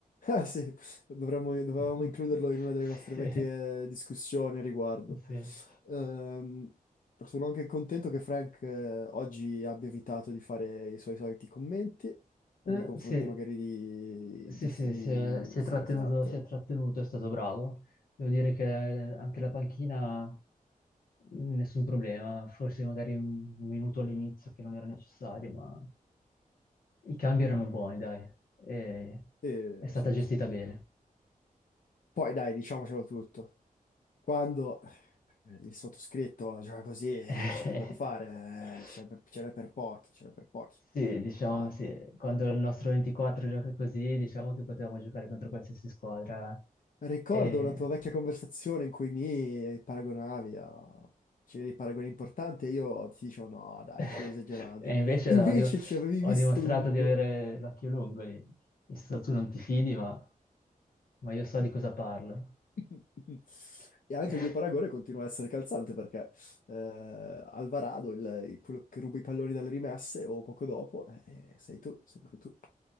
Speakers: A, on the left (about 65°); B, on the left (about 80°).
A: Ah sì, dovremmo- dovevamo
B: <laughs>
A: includerlo in una delle nostre
B: Sì.
A: vecchie discussioni a riguardo.
B: Sì.
A: Ehm, sono anche contento che Frank eh, oggi abbia evitato di fare i suoi soliti commenti eh,
B: Eh,
A: nei confronti
B: sì,
A: magari di...
B: sì,
A: di-
B: sì,
A: di-
B: si è, si è
A: Sì,
B: trattenuto,
A: esatto.
B: si è trattenuto, è stato bravo. Devo dire che anche la panchina, nessun problema, forse magari un minuto all'inizio che non era necessario, ma i cambi erano buoni, dai, e
A: E,
B: è stata
A: sì,
B: gestita
A: sì, sì.
B: bene.
A: Poi dai, diciamocelo tutto. Quando eh, il sottoscritto gioca così, eh,
B: <laughs>
A: c'è poco da fare, eh, ce n'è per ce n'è per pochi, ce n'è per pochi.
B: Sì, diciamo
A: Ah,
B: sì, quando il nostro 24 gioca così, diciamo che potevamo giocare contro qualsiasi squadra
A: Ricordo
B: e
A: una tua vecchia conversazione in cui mi paragonavi a... C'erano dei paragoni importanti e io ti dicevo no, dai,
B: <laughs>
A: stai esagerando.
B: E invece
A: E invece
B: ho, dim-
A: ci avevi visto
B: ho dimostrato
A: lungo.
B: di avere l'occhio lungo lì. Visto, tu non ti fidi, ma, ma io so di cosa parlo.
A: <laughs>
B: <laughs>
A: E anche il mio paragone continua a essere calzante perché eh, Alvarado, il- il- quello che ruba i palloni dalle rimesse o poco dopo, eh, sei tu, sei proprio tu.